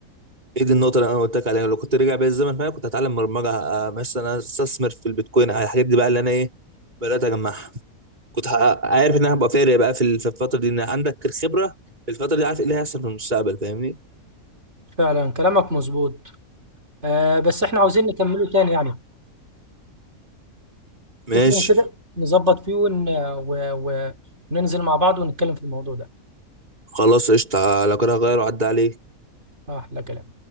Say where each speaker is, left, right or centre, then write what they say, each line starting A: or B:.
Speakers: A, on the right; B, on the right.
A: ايه دي النقطة اللي انا قلت لك عليها لو كنت رجع بيا الزمن فانا كنت هتعلم برمجة آه، مثلا استثمر في البيتكوين على الحاجات دي بقى اللي انا ايه بدأت اجمعها كنت ه- عارف ان انا هبقى فارق بقى في ال- في الفترة دي ان عندك الخبرة في الفترة دي عارف ايه اللي هيحصل في المستقبل فاهمني
B: فعلا كلامك مظبوط آه، بس احنا عاوزين نكمله تاني يعني
A: ماشي
B: شوف يوم كده نظبط فيه ون... و... و... وننزل مع بعض ونتكلم في الموضوع ده
A: خلاص قشطة لو كده هغير وعدى عليك
B: أحلى كلام